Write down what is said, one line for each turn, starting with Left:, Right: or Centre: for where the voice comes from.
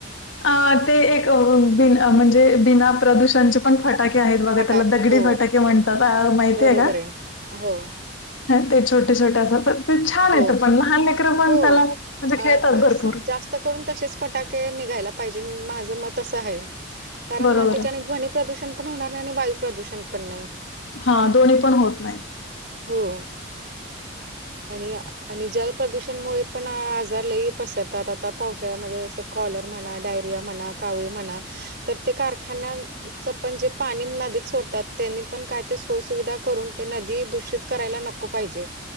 Left: अ ते, एक म्हणजे बिना प्रदूषणचे, पण फटाके आहेत, बघ
Right: फटाके
Left: त्याला दगडी
Right: हो
Left: फटाके म्हणतात. माहितीय
Right: बरोबर
Left: का?
Right: आहे. हो
Left: ते छोटे, छोटे असं पण ते छान
Right: हो
Left: येतं पण लहान, लेकरं पण
Right: हो.
Left: त्याला म्हणजे,
Right: अ, अ,
Left: खेळतात भरपूर.
Right: स जास्त करून तसेच फटाके निघायला पाहिजे, माझं मत असं आहे. कारण
Left: बरोबर
Right: मग त्याच्याने,
Left: आहे.
Right: ध्वनीि प्रदूषण पण होणार नाही, आणि वायू प्रदूषण पण नाही.
Left: हा दोन्ही पण, होत नाहीत.
Right: हो, आणि आणि जल प्रदूषणमुळे पण, आजार लई पसरतात आता, पावसाळ्यामध्ये, कॉलर म्हणा, डायरिया म्हणा, कावळी म्हणा, तर ते कारखान्याच पण, जे पाणी नदीत सोडतात त्यांनी, पण काय ते सोय सुविधा करून, ते नदी, दूषित करायला नको पाहिजे.